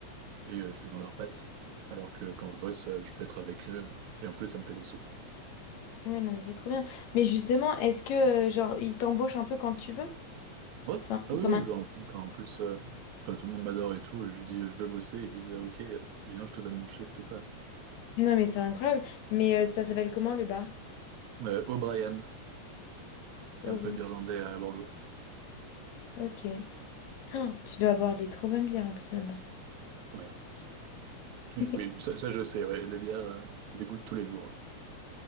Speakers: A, on the right; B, on the left.
A: et euh, je suis dans leurs pattes. Alors que quand je bosse, euh, je peux être avec eux et en plus, ça me fait des sous.
B: Ouais, non, mais c'est trop bien. Mais justement, est-ce que, euh, genre, ils t'embauchent un peu quand tu veux?
A: Ouais,
B: C'est un
A: ah
B: peu
A: oui,
B: comme
A: oui,
B: un-
A: bah, en- enfin, en plus, euh, enfin, tout le monde m'adore et tout. Je lui dis, euh, je veux bosser. Ils disent, euh, ok, euh, viens, je te donne mon shift ou quoi.
B: Non, mais c'est incroyable. Mais euh, ça s'appelle comment le bar?
A: Euh, O'Brien, c'est
B: Oh,
A: un pub
B: bon,
A: irlandais à Bordeaux.
B: ok. Ah, tu dois boire des trop bonnes bières en plus là-bas.
A: Ouais, <laughs>
B: <laughs>
A: oui, ça, ça, je sais, ouais, les bières, euh, je les goûte tous les jours.